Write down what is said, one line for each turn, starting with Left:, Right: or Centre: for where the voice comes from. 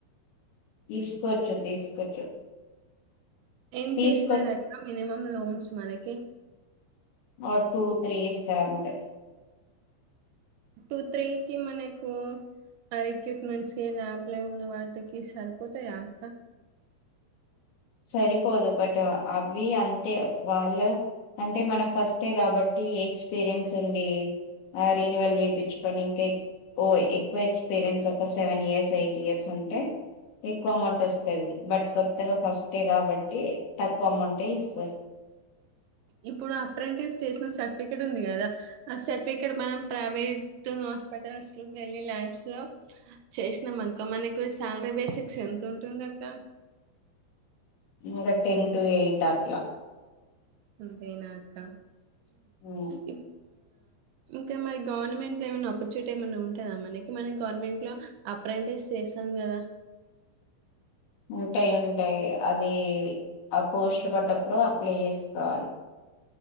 Left: తీసుకోవచ్చు తీసుకోవచ్చు
Right: ఎంత
Left: తీసుకో
Right: ఇస్తారద మినిమం లోన్స్ మనకి
Left: ఆ టూ త్రీ స్ తర అంత
Right: టూ త్రీకి మనకు అరక్యట్ నుంచి లాభలే ఉన్న వాటికి సరిపోతాయి అక్క
Left: సరిపోదు బట్ అవి అంతే వాళ్ళు అంటే మనం ఫస్టే కాబట్టి ఎక్స్పీరియన్స్ ఉండి రిన్యువల్ జీవచ్చుకొని ఇంకా ఓ ఎక్కువ ఎక్స్పీరియన్స్ ఒక సెవెన్ ఇయర్స్ ఎయిట్ ఇయర్స్ ఉ అంటే ఎక్కువ అమౌంట్ వస్తాంది బట్ కొత్తగా ఫస్ట్ అంటే కాబట్టి తక్కువ అమ్మంటేయి ఇసు
Right: ఇప్పుడు అప్రెంటిస్ చేసిన సర్టిఫికెట్ ఉంది కదా ఆ సర్టిఫికెట్ మనం ప్రైవేట్ హాస్పిటల్స్ లో వెళ్ళి ల్యాబ్స్ లో చేసినాం అనుకో మనకు శాలరీ బేసిక్స్ ఎంత ఉంటుంది నాకా
Left: మకా టెన్ టటు ఎయిట్ అత్లా
Right: అంతేనాక్క
Left: ఉమ్,
Right: ఇ ఇంకా మరి గవర్నమెంట్ లో ఏమైనా ఆపర్చునిటీ ఏమన్నా ఉంటాందా మనకి మన గవర్నమెంట్ లో అప్రెంటిస్ చేసాం కదా
Left: ఉంటాయి ఉంటాయి అది ఆ పోస్ట్లు పడ్డప్పుడు అప్లై చేసుకోవాలి